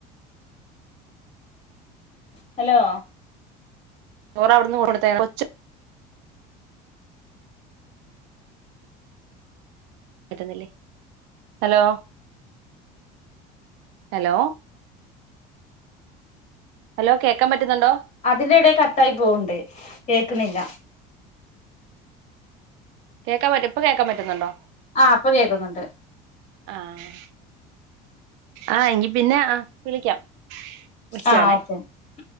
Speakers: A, on the left; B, on the right.
A: ഹലോ.
B: ചോറവിട്ന്ന് കൊട്ത്തേ കൊച്ച് പറ്റുന്നില്ലേ ഹലോ. ഹലോ. ഹലോ കേക്കാ പറ്റുന്നുണ്ടോ.
A: അതിലിടെ കട്ടായി പോവ്ണ്ട് കേക്ക്ണില്ല.
B: കേക്കാൻ പറ്റും ഇപ്പ കേൾക്കാൻ പറ്റുന്നുണ്ടോ
A: ആഹ് ഇപ്പൊ കേക്കുന്നുണ്ട്
B: ആഹ് ആഹ് എങ്കി പിന്നെ ആഹ് വിളിക്കാം വക്കുവാണേ
A: ആ ഓക്കെ